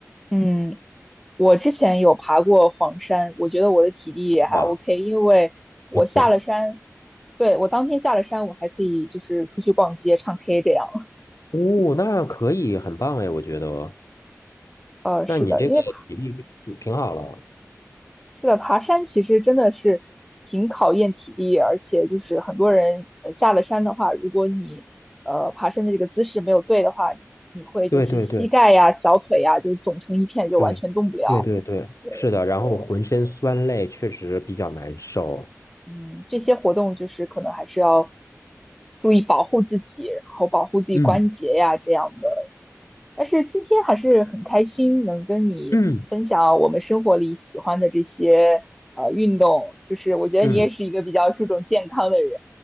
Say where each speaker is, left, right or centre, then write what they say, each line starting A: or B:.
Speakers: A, in the centre; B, on the left.
A: 嗯，我之前有爬过黄山，我觉得我的体力也还
B: 哇，
A: OK，因为我下了山，
B: 不错。
A: 对，我当天下了山，我还可以就是出去逛街、唱 K 这样。
B: 哦，那可以，很棒哎，我觉得。
A: 呃，是的，
B: 那你这个体力挺挺好了。
A: 因为。是的，爬山其实真的是挺考验体力，而且就是很多人呃下了山的话，如果你呃爬山的这个姿势没有对的话，你你会就是膝盖呀、
B: 对对对
A: 小腿呀就肿成一片，就完全动不了。
B: 对对对对，
A: 对对，
B: 是的。然后浑身酸累，确实比较难受。
A: 嗯，这些活动就是可能还是要注意保护自己，然后保护自己关节呀这样的
B: 嗯
A: 但是今天还是很开心能跟你分享我们生活里喜欢的这些呃运动，
B: 嗯
A: 就是我觉得你也是一个比较注重健康的人，
B: 嗯